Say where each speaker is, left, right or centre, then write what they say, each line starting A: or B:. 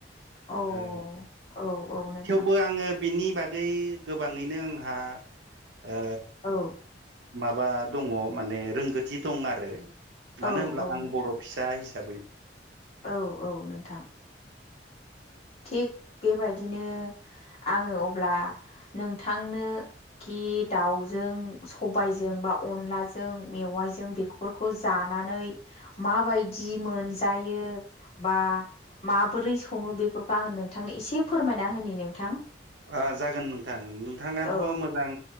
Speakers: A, on the left; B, on the right.
A: औ
B: ओ
A: औ औ नोंथां
B: थेवबो आङो बिनि बागै गोबाङैनो आंहा ओ
A: औ
B: माबा दङ माने रोंगौथि दं आरो
A: औ
B: मानो होनब्ला
A: औ
B: आं
A: नोंथां
B: बर' फिसा हि हिसाबै
A: औ औ नोंथां। थिग बेबायदिनो आङो अब्ला नोंथांनो खि दाउजों सबायजों बा अनलाजों मेवाइजों बेफोरखौ जानो माबायदि मोनजायो बा माबोरै सङो बेफोरखौ आङो नोंथांनो एसे फोरमायना होनि नोंथां।
B: ओ जागोन नोंथां नोंथाङाथ'
A: औ
B: मोजां